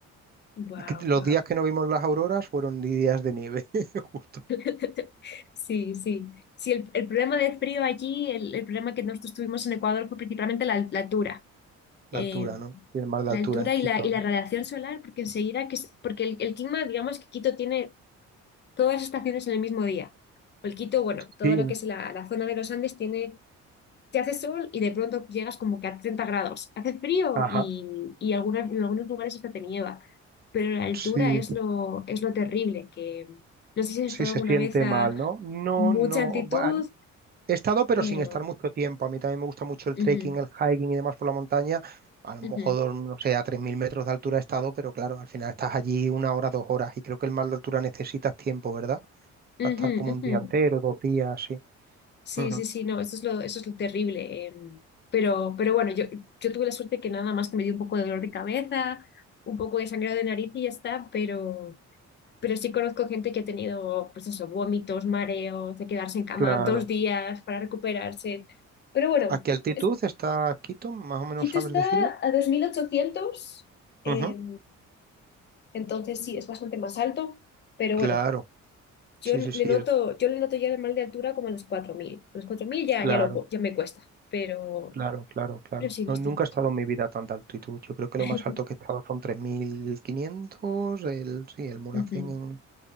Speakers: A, on the left; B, on the right.
A: Wow,
B: Que Los
A: wow.
B: días que no vimos las auroras fueron días de nieve, <laughs> justo.
A: <laughs> Sí, sí. Sí, el, el problema de frío allí, el, el problema que nosotros tuvimos en Ecuador fue principalmente la, al- la altura.
B: La
A: Eh,
B: altura, ¿no? Y el mar de
A: la
B: altura
A: altura
B: en Quito,
A: y la, y
B: ¿no?
A: la radiación solar, porque enseguida que es, porque el, el clima, digamos que Quito tiene todas las estaciones en el mismo día. O el Quito, bueno, todo
B: Sí,
A: lo que es la, la zona de los Andes tiene te hace sol y de pronto llegas como que a 30 grados. Hace frío
B: ajá.
A: y, y algunas, en algunos lugares hasta te nieva, pero la altura
B: Sí,
A: es lo, es lo terrible, que no sé si has
B: sí
A: estado
B: se
A: alguna
B: siente
A: vez a
B: mal, ¿no? No,
A: mucha
B: no.
A: altitud,
B: van- He estado, pero
A: pero...
B: sin estar mucho tiempo. A mí también me gusta mucho el
A: ujú,
B: trekking, el hiking y demás por la montaña. A lo
A: ujú,
B: mejor, no sé, a 3.000 metros de altura he estado, pero claro, al final estás allí una hora, dos horas. Y creo que el mar de altura necesitas tiempo, ¿verdad? Para
A: ujú,
B: estar como
A: ujú.
B: un día entero, dos días, sí.
A: Sí,
B: Ujú.
A: sí, sí, no, eso es lo, eso es lo terrible. em, pero, pero bueno, yo, yo tuve la suerte que nada más que me dio un poco de dolor de cabeza, un poco de sangrado de nariz y ya está, pero... pero sí conozco gente que ha tenido, pues eso, vómitos, mareos, de quedarse en cama
B: Claro.
A: dos días para recuperarse. Pero bueno,
B: ¿A qué altitud
A: es-
B: está Quito? Más o menos
A: Quito
B: sabes
A: está
B: decirme.
A: a 2.800, eh,
B: Ujú.
A: entonces sí, es bastante más alto, pero
B: Claro,
A: bueno, yo
B: sí,
A: le
B: sí, sí,
A: noto,
B: es-
A: yo le noto ya el mal de altura como a los 4.000. A los 4.000 ya,
B: claro,
A: ya, lo, ya me cuesta, pero,
B: claro, claro, claro.
A: pero sí, no
B: No,
A: estamos.
B: nunca he estado en mi vida a tanta altitud. Yo creo que
A: <laughs>
B: lo más alto que he estado son 3.500. el, sí, el Mulhacén
A: Ujú,
B: en,